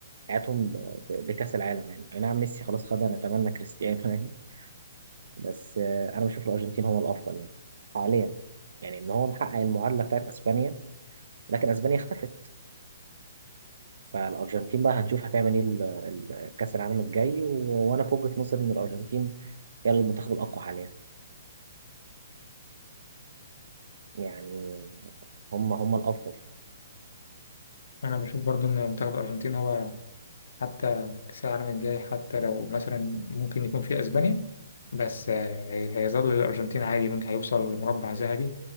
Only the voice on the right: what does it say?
حياتهم ب... ب... بكاس العالم يعني اي نعم ميسي خلاص خدها نتمنى كريستيانو <laughs> يعني بس آه، انا بشوف الارجنتين هو الافضل يعني حاليا يعني ان هو محقق المعادله بتاعت اسبانيا لكن اسبانيا اختفت فالارجنتين بقى هنشوف هتعمل ايه ال- ال- كاس العالم الجاي و- وانا في وجهة نظري ان الارجنتين هي المنتخب الاقوى حاليا يعني هم هم الافضل